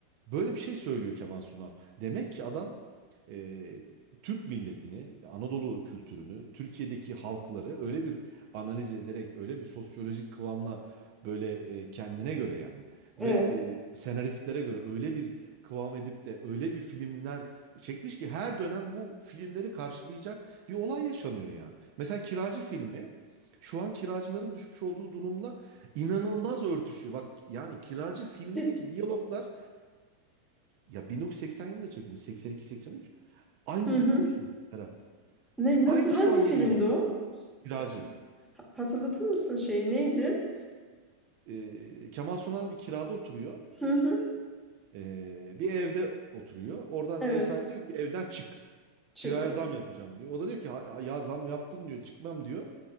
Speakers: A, on the right; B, in the centre.
A: böyle bir şey söylüyor Kemal Sunal demek ki adam e, Türk milletini, Anadolu kültürünü, Türkiye'deki halkları öyle bir analiz ederek, öyle bir sosyolojik kıvamla Böyle e, kendine göre yani
B: Evet.
A: ve e, senaristlere göre öyle bir kıvam edip de öyle bir filmler çekmiş ki her dönem bu filmleri karşılayacak bir olay yaşanıyor ya. Mesela Kiracı filmi şu an kiracıların düşmüş olduğu durumla inanılmaz örtüşüyor. Bak yani Kiracı filmindeki
B: Hiç-
A: diyaloglar ya 1980 yılında çekilmiş 82-83 aynı
B: Hı hı.
A: biliyor musun Serap?
B: Ne,
A: Aynı
B: nasıl hangi
A: şu anki
B: filmdi
A: diyaloglar.
B: o?
A: Kiracı.
B: Hat- Hatırlatır mısın şeyi neydi?
A: Ee, Kemal Sunal bir kirada oturuyor.
B: Hı hı.
A: Ee, bir evde oturuyor. Oradan
B: Evet.
A: ev sahibi diyor ki evden çık.
B: Çık.
A: Kiraya zam yapacağım diyor. O da diyor ki "Ha- ya zam yaptın diyor çıkmam diyor.